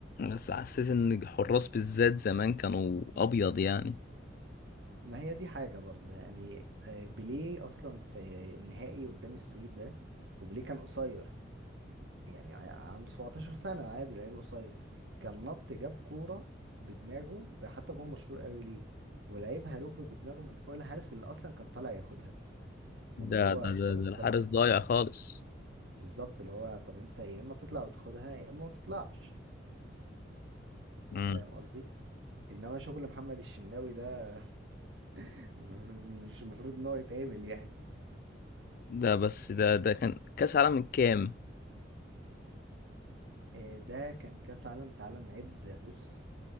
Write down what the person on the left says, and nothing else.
بس حسيت ان الحراس بالذات زمان كانوا ابيض يعني
ده
ده ده,
ده الحارس ضايع خالص
مم.
ده بس ده ده كان كاس عالم من كام